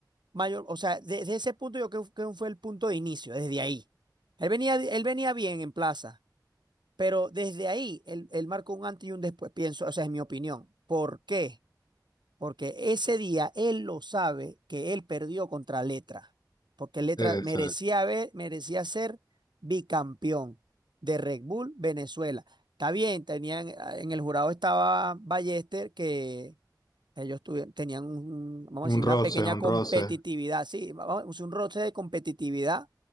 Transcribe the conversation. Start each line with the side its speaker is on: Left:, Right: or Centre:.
Right: mayor, o sea, desde ese punto yo creo que fue el punto de inicio, desde ahí. Él venía, él venía bien en plaza, pero desde ahí él, él marcó un antes y un después, pienso, o sea, es mi opinión. ¿Por qué? Porque ese día él lo sabe que él perdió contra Letra, porque Letra
Left: Exacto.
Right: merecía, haber- merecía ser bicampeón de Red Bull Venezuela. Está bien, tenían, ah, en el jurado estaba Ballester, que ellos tuvi- tenían, un- vamos a decir,
Left: Un
Right: una
Left: roce,
Right: pequeña
Left: un
Right: competitividad,
Left: roce.
Right: sí, vamos a decir, un roce de competitividad,